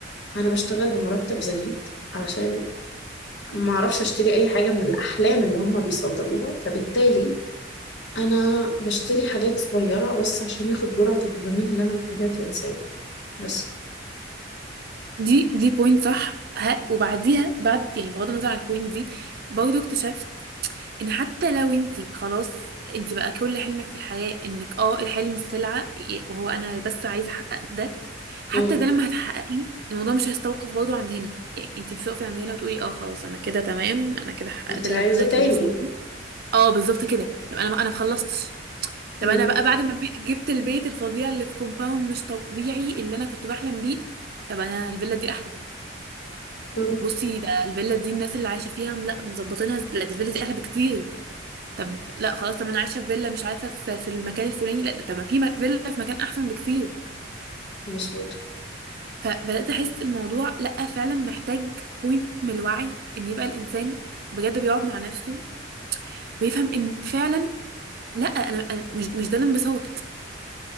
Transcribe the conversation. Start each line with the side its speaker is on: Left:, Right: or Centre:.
Left: انا بشتغل بمرتب زهيد علشان ما اعرفش اشتري اي حاجه من الاحلام اللي هم بيصدروها فبالتالي انا بشتري حاجات صغيرة بس عشان ياخد جرعة الدوبامين اللي انا محتاجاها كإنسان بس
Right: دي دي بوينت صح ها وبعديها بعد يعني بغض النظر عن البوينت دي برضه اكتشفت ان حتى لو انت خلاص انت بقى كل حلمك في الحياة انك اه الحلم سلعة ي- وهو انا بس عايزة احقق ده حتى
Left: امم
Right: ده لما هتحققي الموضوع مش هيستوقف برضه عند هنا يعني انت مش هتقفي عند هنا وتقولي اه خلاص انا كده تمام انا كده حققت
Left: انت
Right: اللي
Left: عايزة
Right: انا كان
Left: تاني
Right: نفسي فيه اه بالظبط كده يبقى انا انا ما خلصتش طب
Left: امم
Right: انا بقى بعد ما بي- جبت البيت الفظيع اللي في كومباوند مش طبيعي اللي انا كنت بحلم بيه طب انا الفيلا دي احلى
Left: امم
Right: طب بصي ده الفيلا دي الناس اللي عايشه فيها لا مظبطينها ز- لا دي الفيلا دي احلى بكتير طب لا خلاص طب انا عايشه في فيلا مش عارفه في, في المكان الفلاني لا ده طب ما في م- فيلا في مكان احسن بكتير
Left: مظبوط
Right: فبدات احس الموضوع لا فعلا محتاج بوينت من الوعي ان يبقى الانسان بجد بيقعد مع نفسه ويفهم ان فعلا لا انا أنا مش مش ده الانبساط